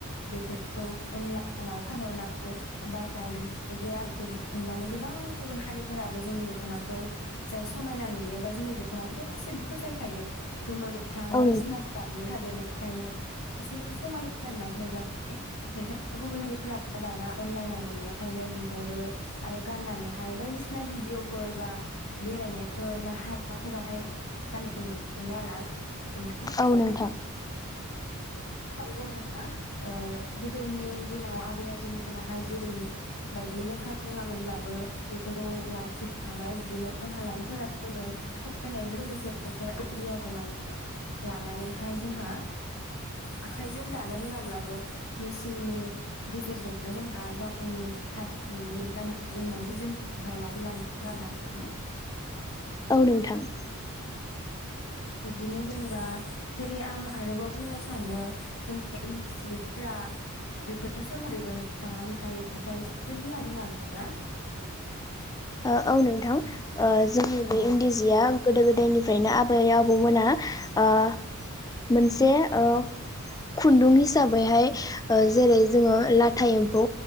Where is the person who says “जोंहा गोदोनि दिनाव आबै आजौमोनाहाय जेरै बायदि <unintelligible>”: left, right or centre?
Left